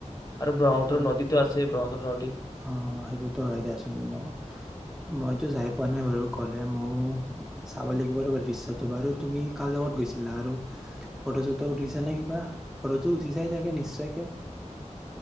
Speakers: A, on the left; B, in the centre.
A: আৰু ব্ৰহ্মপুত্ৰ
B: অ
A: নদীটো আছেই ব্ৰহ্মপুত্ৰ নদী
B: অ সেইটোতো হয় দোচোন মই মইতো যাই পোৱা নাই বাৰু গলে ময়ো চাব লাগিব ৰু দৃশ্যটো বাৰু, তুমি কাৰ লগত গৈছিলা? আৰু ফটো চটো উঠিছা নে কিবা ফটোটো উঠিছাই চাগে নিশ্চয়কে!